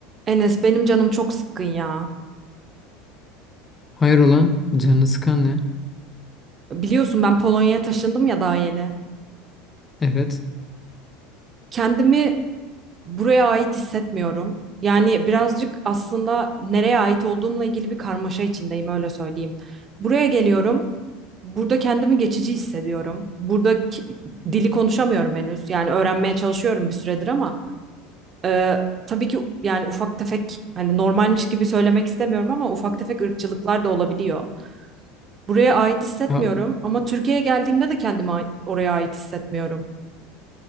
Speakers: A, on the right; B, on the left.
A: Enes benim canım çok sıkkın ya.
B: Hayır olan canını sıkan ne?
A: Biliyorsun ben Polonya'ya taşındım ya daha yeni.
B: Evet.
A: Kendimi buraya ait hissetmiyorum. Yani birazcık aslında nereye ait olduğumla ilgili bir karmaşa içindeyim öyle söyleyeyim. Buraya geliyorum. Burada kendimi geçici hissediyorum. Burada ki- dili konuşamıyorum henüz. Yani öğrenmeye çalışıyorum bir süredir ama e, tabii ki yani ufak tefek hani normalmiş gibi söylemek istemiyorum ama ufak tefek ırkçılıklar da olabiliyor. Buraya ait hissetmiyorum
B: Ya,
A: ama Türkiye'ye geldiğimde de kendimi a- oraya ait hissetmiyorum.